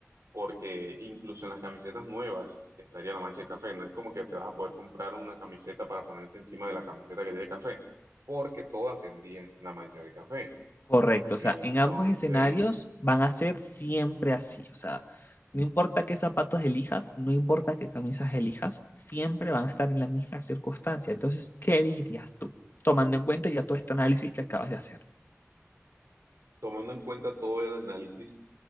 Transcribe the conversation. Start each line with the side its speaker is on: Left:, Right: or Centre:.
Right: porque incluso en las camisetas nuevas estaría la mancha de café. No es como que te vas a poder comprar una camiseta para ponerte encima de la camiseta que tiene café, porque todas tendrían la mancha de café.
Left: Correcto,
Right: Entonces...
Left: o sea, en ambos escenarios van a ser siempre así, o sea, no importa qué zapatos elijas, no importa qué camisas elijas, siempre van a estar en la misma circunstancia. Entonces, ¿qué elegirías tú? Tomando en cuenta ya todo este análisis que acabas de hacer.
Right: Tomando en cuenta todo el análisis,